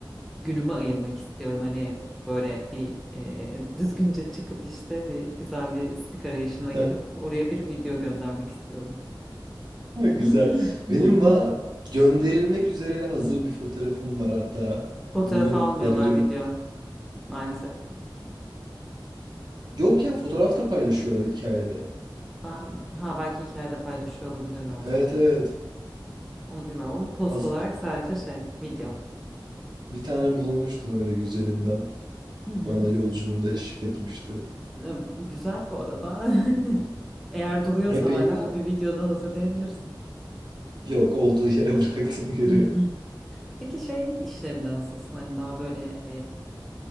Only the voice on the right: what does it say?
<laughs>
Güzel. Benim va gönderilmek üzere hazır bir fotoğrafım var hatta
bugün
galerin.
Yok ya fotoğraf da paylaşıyorlar hikayede.
Evet evet.
Haz-
bir tane bulmuştum öyle güzelinden.
Bana yolculuğumda eşlik etmişti.
Epey
güzel.
Yok, olduğu yere <laughs> bıraktım geri.